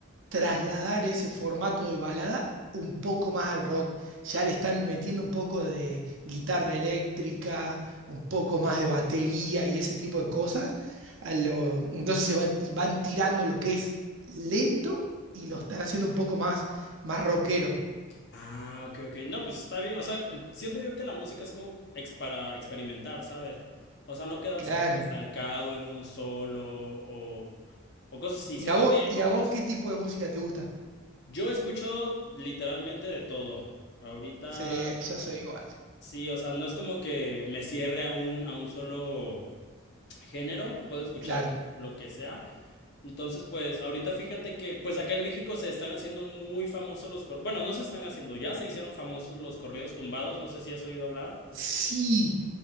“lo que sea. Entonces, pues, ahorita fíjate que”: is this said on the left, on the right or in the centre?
Left